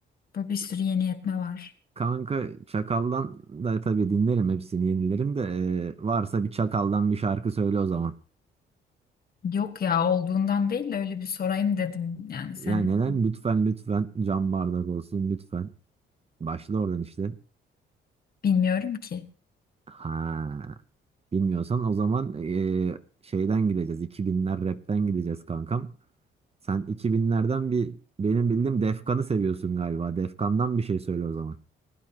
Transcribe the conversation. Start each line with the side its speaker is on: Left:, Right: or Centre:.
Left: Böyle bir sürü yeni yetme var.
Right: Kanka Çakal'dan da tabii dinlerim hepsini yenilerim de e, varsa bir Çakal'dan bir şarkı söyle o zaman.
Left: Yok ya olduğundan değil de öyle bir sorayım dedim. Yani sen
Right: Yani neden? Lütfen lütfen cam bardak olsun lütfen. Başla oradan işte.
Left: bilmiyorum ki.
Right: Ha, bilmiyorsan o zaman e, şeyden gideceğiz. 2000'ler rapten gideceğiz kankam. Sen 2000'lerden bir benim bildiğim Defkan'ı seviyorsun galiba. Defkan'dan bir şey söyle o zaman.